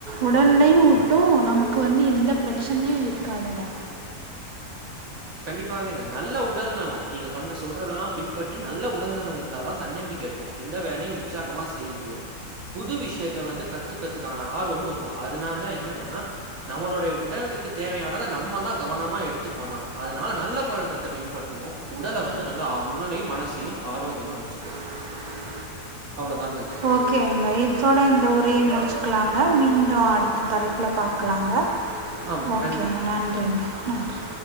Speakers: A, on the right; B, on the right.
A: உடல்லயு ஒட்டு நமக்கு வந்து எந்த பிரச்சனையு இருக்காதுங்க
B: கண்டிப்பாகவேங்க நல்ல உடல் நலோ நீங்க பண்ற சொல்றதெல்லா பின்பற்றி நல்ல உடல் நலோ இருந்தாதா தன்னம்பிக்க இருக்கு எந்த வேலையு உற்சாகமா செய்ய முடியு புது விஷயத்த வந்து கத்துக்கறதுக்கா ஆர்வமு இருக்கு அதனால என்னன்னா நம்மளுடைய உடலுக்கு தேவையானத நம்மதா கவனமா எடுத்து பண்ணணு அதனால நல்ல பழக்கத்த பின்பற்றுவோ உடல வந்து நல்லா ஆ உடலயு மனசயு ஆரோக்கியமா வெச்சுப்போ
A: <inaudible>
B: அவ்ளோதாங்க
A: ஓகேங்க இத்தோட இந்த உரைய முடிச்சிக்கலாங்க மீண்டு அடுத்த தலைப்புல பாக்கலாங்க
B: ஆமா.
A: ஓகேங்க
B: நன்றி.
A: நன்றிங்க நன்றி